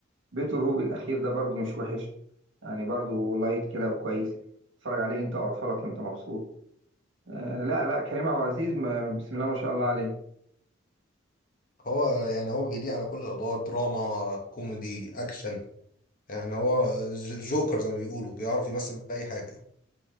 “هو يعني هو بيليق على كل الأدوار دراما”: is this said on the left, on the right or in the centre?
Left